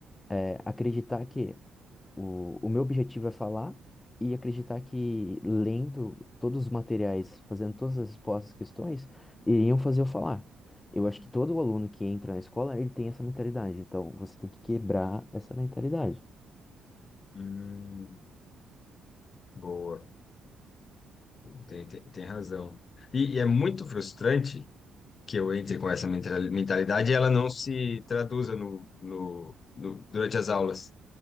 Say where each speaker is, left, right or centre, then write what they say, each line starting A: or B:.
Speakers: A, on the left; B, on the left.
A: é, acreditar que o, o meu objetivo é falar e acreditar que lendo todos os materiais, fazendo todas as postas questões, iriam fazer eu falar. Eu acho que todo aluno que entra na escola, ele tem essa mentalidade. Então, você tem que quebrar essa mentalidade.
B: Hum, boa. Tem, tem, tem razão. E, e é muito frustrante que eu entre com essa mentali- mentalidade e ela não se traduza no, no, no- durante as aulas.